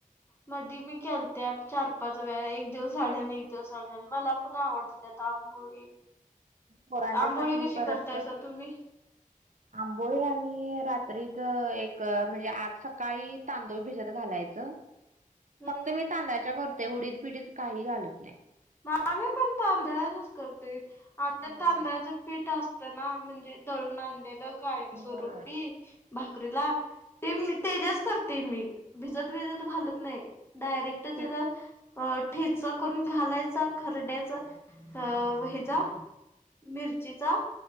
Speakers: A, on the left; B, on the right.
A: मधी मी केलत्या चार-पाच वेळा एक दिवस आड आणि एक दिवस आडनं मला पण आवडत्यात आं आंबोळी
B: पोरांच्यासाठी
A: आंबोळी कशी
B: परत
A: करतायसा तुम्ही
B: आंबोळे आणी रात्रीच एक म्हणजे आज सकाळी तांदूळ भिजत घालायचं.
A: हम्म
B: फक्त मी तांदळाच्या करतोय उडीद बिडीत काही घालत नाही.
A: मग आम्ही पण तांदळानच करतोय आमच्या
B: होय
A: तांदळाच पीठ अस असतना म्हणजे दळून आणलेलं कायम
B: होय
A: स्वरूपी, भाकरीला ते तेज्याच करतोय मी, भिजत विजत घालत नाही, डायरेक्ट
B: तेच की
A: तेज्यात ठेचा करून घालायचा खरड्याचा, अ हेचा मिरचीचा,